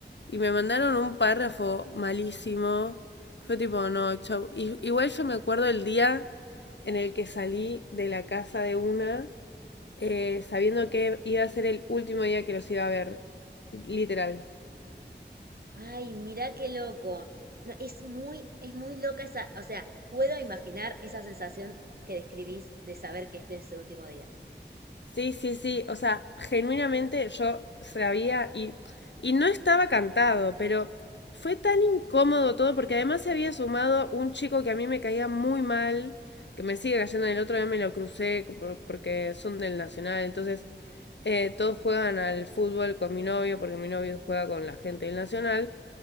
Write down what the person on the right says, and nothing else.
Ay, mirá qué loco. No, es muy, es muy loca esa, o sea, puedo imaginar esa sensación que describís de saber que este es el último día.